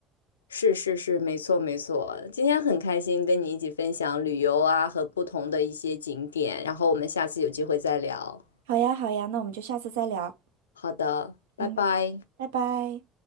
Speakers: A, on the left; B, on the right.
A: 是是是，没错没错。今天很开心跟你一起分享旅游啊和不同的一些景点，然后我们下次有机会再聊。
B: 好呀，好呀，那我们就下次再聊。
A: 好的，拜拜。
B: 嗯，拜拜。